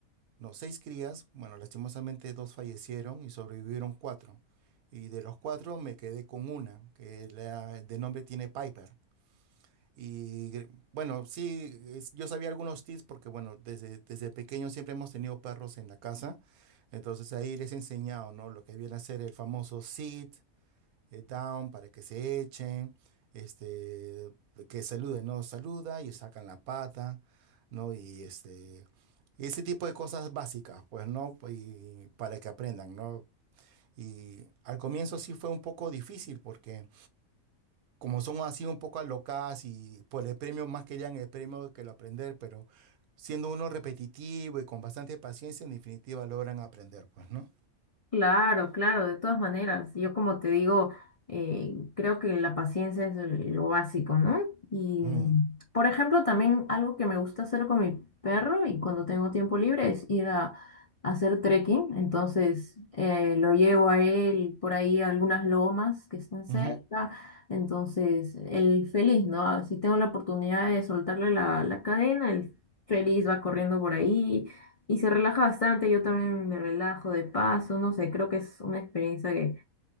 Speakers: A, on the right (about 85°); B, on the left (about 65°).
A: No, seis crías, bueno, lastimosamente dos fallecieron y sobrevivieron cuatro. Y de los cuatro me quedé con una, que la- de nombre tiene Piper. Y bueno, sí, es- yo sabía algunos tips porque, bueno, desde, desde pequeño siempre hemos tenido perros en la casa. Entonces ahí les he enseñado, ¿no? Lo que viene a ser el famoso sit, eh, down para que se echen, este, que saluden, no saluda y sacan la pata, ¿no? Y este, ese tipo de cosas básicas, pues, ¿no? Y para que aprendan, ¿no? Y al comienzo sí fue un poco difícil porque como son así un poco alocadas y por el premio más querían el premio que lo aprender, pero siendo uno repetitivo y con bastante paciencia, en definitiva logran aprender, pues, ¿no?
B: Claro, claro, de todas maneras. Yo como te digo, eh, creo que la paciencia es el- lo básico, ¿no? Y,
A: Mm,
B: por ejemplo, también algo que me gusta hacer con mi perro y cuando tengo tiempo libre es ir a, a hacer trekking. Entonces, eh, lo llevo a él por ahí a algunas lomas que están cerca.
A: ujú.
B: Entonces, él feliz, ¿no? Si tengo la oportunidad de soltarle la, la cadena, él feliz va corriendo por ahí y se relaja bastante, yo también me relajo de paso, no sé, creo que es una experiencia que